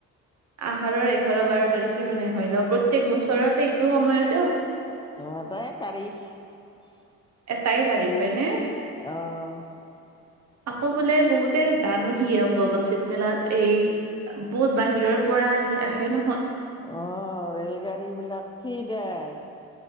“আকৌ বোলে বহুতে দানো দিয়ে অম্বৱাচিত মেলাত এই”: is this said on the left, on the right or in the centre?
Right